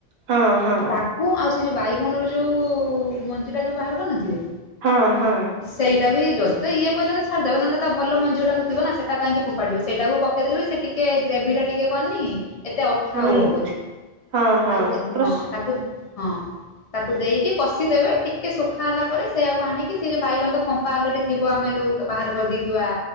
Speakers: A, on the right (about 70°); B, on the left (about 55°).
A: ହଁ ହଁ।
B: ହଁ ଆଉ ସେ ଯୋଉ ବାଇଗଣର ଯୋଉ ମଞ୍ଜି ଟା ଯୋଉ ବାହାର କରିନଥିବେ
A: ହଁ ହଁ।
B: ସେଇଟା ବି ଯଦି ଏ ପଡିଲା ତ ଛାଡି ଦେବେ ନହଲେ ଭଲମଞ୍ଜିଥିବ ନା ସେଟାହିଁକ ଫୋପାଡିବେ ସେଇାକୁ ପକେଇ ଦେବ ସେଇ ଟିକେ ଗ୍ରେଭି ଟା ଟିକେ କରିନି ଏତେ ଅଠା
A: ମାନେ
B: ଆଉ ହବନି।
A: ହଁ ହଁ
B: ତାକୁ ଦେ
A: ପୁରା
B: ହଁ ତାକୁ ହଁ। ତାକୁ ଦେଇକି କଷିଦେବେ ଟିକେ ଶୁଖା ହେଲା ପରେ ସେଇଆକୁ ଆଣିକି ସେ ଯୋଉ ବାଇଗଣ ଫମ୍ପାଲରେଡି ଥିବ ଆମେ ଯୋଉ ବାହାର କରିଦେଇଥିବା